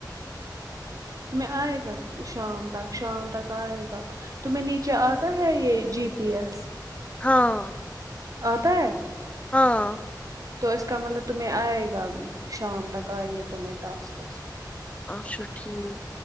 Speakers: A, on the right (about 50°); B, on the left (about 15°).
A: میں آئے گا شام تک شام تک آئے گا تو میں نیچے آتا ہے یہ جی پی ایس
B: ہاں
A: آتا ہے
B: ہاں
A: تو اس کا مطلب تمہیں آئے گا شام تک آئیں گے تمہ ٹاسکز
B: اچھا ٹھیک